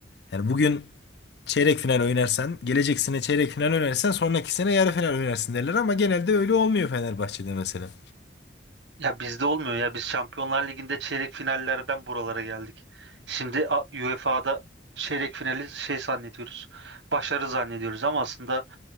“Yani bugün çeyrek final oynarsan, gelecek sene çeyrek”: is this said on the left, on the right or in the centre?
Left